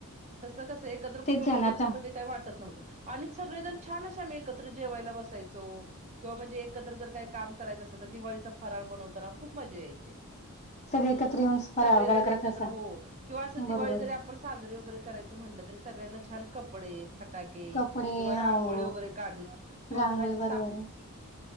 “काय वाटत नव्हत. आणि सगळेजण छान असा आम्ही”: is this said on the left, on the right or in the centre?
Right